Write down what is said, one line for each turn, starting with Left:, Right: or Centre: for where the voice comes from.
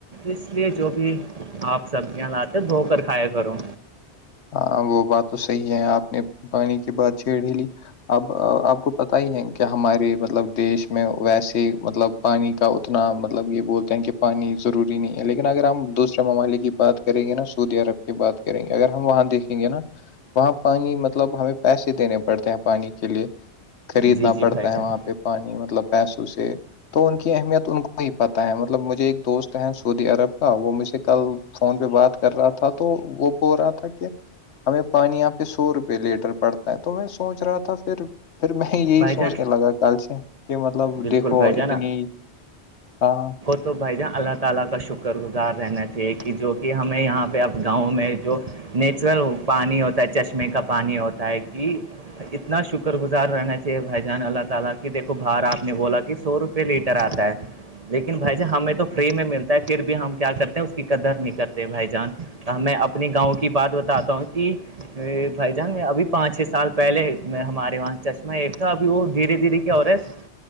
Right: اس لیے جو بھی آپ سبزیاں لاتے دھو کر کھایا کرو
Left: ہاں وہ بات تو صحیح ہے آپ نے پانی کی بات چھیڑ ہی لی اب آپ کو پت ہی ہے کیا ہمارے مطلب دیش میں ویسے مطلب پانی کا اتنا مطلب یہ بولتے ہیں کہ پانی روری نہیں ہے لیکن اگر ہم دوسرے ممالک کی بات کریں گے نا سعودی عرب کی بات کریں گے اگر ہم وہاں دیکھیں گے نا وہاں پانی مطلب ہمیں پیسے دینے پڑتے ہیں پانی کے لیے خریدنا
Right: جی جی
Left: پڑتا
Right: بھائی جان
Left: ہے وہاں پہ پانی مطلب پیسوں سے تو ان کی اہمیت ان کو ہی پتہ ہے مطلب مجھے ایک دوست ہیں سعودی عرب کا وہ مجھے کل فون پہ بات کر رہا تھا تو وہ بول رہا تھا کہ ہمیں پانی یہاں پہ سو روپے لیٹر پڑتا ہے تو میں سوچ رہا تھا پھر پھر میں یہی
Right: بھائی
Left: سوچنے
Right: جان
Left: لگا کل سے کہ مطلب
Right: بالکل
Left: دیکھو
Right: بھائی
Left: اتنی
Right: جان
Left: ہاں ہاں
Right: <unintelligible> نیچرل پانی ہوتا ہے چشمے کا پانی ہوتا ہے کہ اتنا شکر گزار رہنا <unintelligible> لیکن بھائی جان ہمیں تو فری میں ملتا ہے پھر بھی ہم کیا کرتے ہیں اس کی قدر نہیں کرتے بھائی جان میں اپنے گاؤں کی بات بتاتا ہوں کہ بھائی جان ابھی پانچ چھ سال پہلے ہمارے وہاں چ میں ایک تھا ابھی وہ دھیرے دھیرے کیا ہو رہا ہے